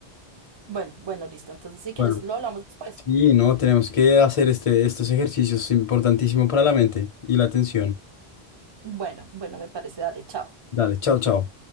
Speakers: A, on the right; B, on the left.
A: Bueno, bueno, listo. Entonces, si quieres,
B: Bueno,
A: lo hablamos después.
B: sí, no, tenemos que hacer este, estos ejercicios importantísimos para la mente y la atención.
A: Bueno, bueno, me parece, dale, chao.
B: Dale, chao, chao.